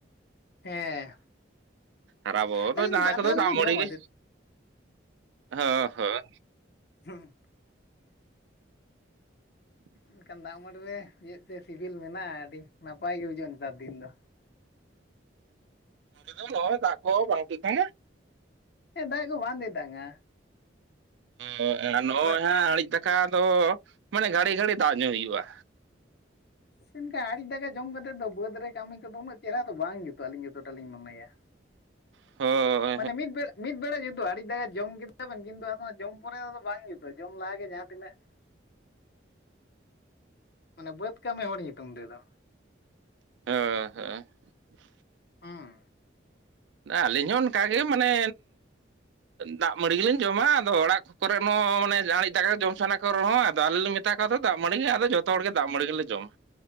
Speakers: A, on the left; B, on the right.
A: ᱦᱮᱸ
B: ᱟᱨ ᱟᱵᱚ
A: ᱟᱹᱞᱤᱧ
B: ᱫᱚ ᱡᱟᱦᱟᱸᱭ
A: ᱵᱟᱨ
B: ᱠᱚᱫᱚ
A: ᱫᱷᱟᱣ
B: ᱫᱟᱜᱽ
A: ᱜᱮᱞᱤᱧ
B: ᱢᱟᱹᱲᱤ
A: ᱡᱚᱢᱟ
B: ᱜᱮ,
A: ᱪᱮᱫ
B: ᱦᱳ ᱦᱳᱭ᱾
A: ᱦᱩᱸ
B: <inaudible>
A: ᱮᱱᱠᱷᱟᱱ ᱫᱟᱜ ᱢᱟᱹᱰᱤ ᱨᱮ ᱪᱮᱫ ᱛᱮ ᱥᱤᱵᱤᱞ ᱢᱮᱱᱟᱜᱼᱟ ᱟᱹᱰᱤ ᱱᱟᱯᱟᱭ ᱜᱮ ᱵᱩᱡᱩᱜᱼᱟ ᱱᱮᱛᱟᱨ ᱫᱤᱱ ᱫᱚ᱾
B: ᱡᱩᱫᱤᱢ ᱱᱚᱜᱚᱭᱚ ᱫᱟᱜ ᱠᱚ ᱵᱟᱝ ᱴᱷᱤᱠ-ᱟ᱾
A: ᱦᱮᱸ ᱫᱟᱜ ᱠᱚ ᱵᱟᱸᱝ ᱛᱮᱛᱟᱝ-ᱟ᱾
B: <inaudible> ᱱᱚᱜᱼᱚᱭ
A: ᱵᱟᱭ
B: ᱦᱟᱸᱜ ᱟᱬᱤᱡ ᱫᱟᱠᱟ ᱫᱚ ᱢᱟᱱᱮ ᱜᱷᱟᱹᱲᱤ ᱜᱷᱟᱹᱲᱤ ᱫᱟᱜᱽ ᱧᱩᱭ ᱦᱩᱭᱩᱜᱼᱟ᱾
A: <unintelligible> ᱟᱲᱤᱡ ᱫᱟᱠᱟ ᱡᱚᱢ ᱠᱟᱛᱮᱫ ᱫᱚ ᱵᱟᱹᱫᱽ ᱨᱮ ᱠᱟᱹᱢᱤ ᱠᱚᱫᱚ ᱩᱱᱟᱹᱜ ᱪᱮᱦᱨᱟ ᱫᱚ ᱵᱟᱝ ᱡᱩᱛᱩᱜ-ᱟ ᱟᱹᱞᱤᱧ ᱡᱚᱛᱚᱴᱟ ᱞᱤᱧ ᱢᱚᱱᱮᱭᱟ᱾
B: <unintelligible>
A: ᱢᱟᱱᱮ ᱢᱤᱫ ᱵᱮᱲᱟ ᱢᱤᱫ ᱵᱮᱲᱟ ᱡᱮᱦᱩᱛᱩ ᱟᱲᱤᱡ ᱫᱟᱠᱟ ᱡᱚᱢ ᱠᱮᱫᱟ ᱵᱤᱱ ᱠᱤᱱᱛᱩ ᱟᱨ ᱱᱚᱣᱟ ᱡᱚᱢ ᱯᱚᱨᱮ ᱫᱚ ᱟᱫᱚ ᱵᱟᱝ ᱡᱩᱛᱟ, ᱡᱚᱢ ᱞᱟᱦᱟᱜᱮ ᱡᱟᱦᱟᱸ ᱛᱤᱱᱟᱹᱜ ᱢᱟᱱᱮ ᱵᱟᱹᱫᱽ ᱠᱟᱹᱢᱤ ᱦᱚᱲ ᱧᱩᱛᱩᱢ ᱛᱮᱫᱚ
B: <unintelligible>
A: ᱦᱩᱸ
B: ᱟᱹᱞᱤᱧ ᱦᱚᱸ ᱚᱱᱠᱟ ᱜᱮ ᱢᱟᱱᱮ ᱫᱟᱜ ᱢᱟᱹᱲᱤ ᱜᱮᱞᱤᱧ ᱡᱚᱢᱟ ᱟᱫᱚ ᱚᱲᱟᱜ ᱠᱚᱨᱮ ᱦᱚᱸ ᱢᱟᱱᱮ ᱡᱟᱸᱦᱟᱩᱲᱤᱡ ᱫᱟᱠᱟ ᱡᱚᱢ ᱥᱟᱱᱟ ᱠᱚ ᱨᱮᱦᱚᱸ ᱟᱫᱚ ᱟᱞᱮ ᱞᱮ ᱢᱮᱛᱟ ᱠᱚᱣᱟ ᱫᱟᱜ ᱢᱟᱲᱤ ᱜᱮ ᱟᱫᱚ ᱡᱚᱛᱚ ᱦᱚᱲ ᱜᱮ ᱫᱟᱜ ᱢᱟᱹᱲᱤ ᱜᱮᱞᱮ ᱡᱚᱢᱟ